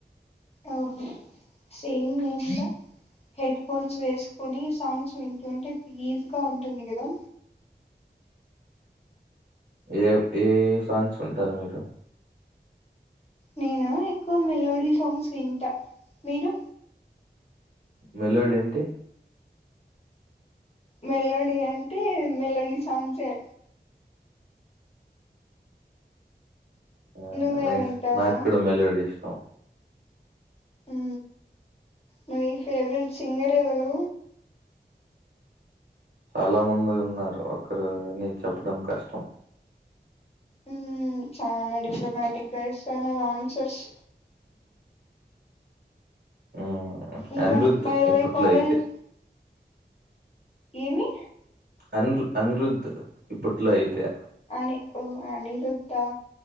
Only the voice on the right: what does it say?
ఏ ఏ సాంగ్స్ వింటారు మీరు
మెలోడి అంటే
ఆ
నైస్
నాకు కూడా మెలోడీ ఇష్టం
చాలా మంది ఉన్నారు ఒకరుని చెప్పడం కష్టం
ఉ
అనిరుద్
ఇప్పట్లో
అయితే
అన్రు అనురుద్ద్ ఇప్పట్లో అయితె